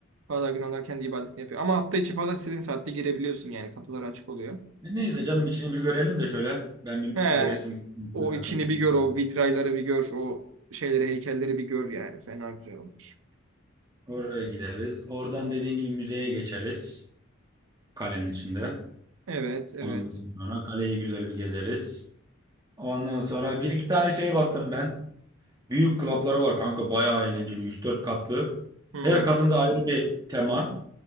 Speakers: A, on the right (about 70°); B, on the right (about 20°).
A: Pazar günü onlar kendi ibadetini yapıyor. Ama hafta içi falan istediğin saatte girebiliyorsun yani. Kapılar açık oluyor.
B: E Neyse canım içini bir görelim de şöyle. Ben bir
A: He,
B: hevesim gitsin,
A: o
B: merakım
A: içini
B: gitsin.
A: bir gör, o
B: yani.
A: vitrayları bir gör, o şeyleri, heykelleri bir gör yani. Fena güzel olmuş.
B: Oraya gideriz. Oradan dediğin gibi müzeye geçeriz. Kalenin içinde.
A: Evet, evet.
B: Ondan sonra kaleyi güzel bir gezeriz. Ondan sonra bir iki tane şeye baktım ben. Büyük klapları var kanka bayağı eğlenceli. üç dört katlı.
A: Hmm,
B: Her katında ayrı bir tema.